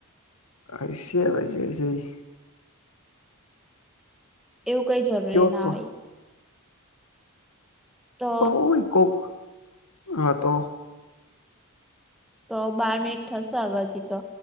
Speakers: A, on the left; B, in the centre.
A: હયશે અવે જે છે ઈ.
B: એવું કઈ જરૂરી
A: કયો
B: ના
A: તો
B: હોય. તો
A: એવુ હોય કોક હા તો.
B: તો બાર મિનિટ થશે હવે હજી તો